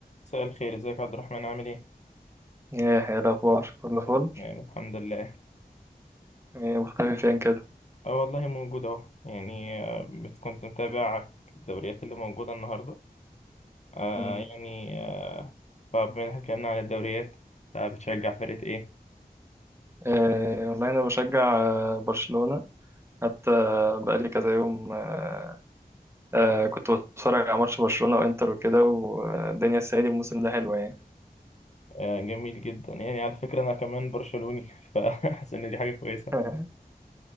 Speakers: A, on the left; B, on the right.
A: مساء الخير ازيك يا عبد الرحمن عامل ايه؟
B: ايه إيه الاخبار كله فل
A: كله تمام الحمد لله
B: إيه مختفي فين كده
A: اه والله موجود اهو يعني آه، بت- كنت متابع الدوريات اللي موجودة النهاردة آه
B: مم.
A: يعني آه فبما ان احنا اتكلمنا عن الدوريات فبتشجع فرقة ايه؟
B: إيه والله انا بشجع آه، برشلونة حتى بقالي كذا يوم آه آه كنت بتفرج على ماتش برشلونة وانتر وكده والدنيا السعيدة الموسم ده حلوة يعني
A: آه جميل جدا يعني على فكرة انا كمان برشلوني <laughs> فحاسس ان دي حاجة كويسة
B: <laughs>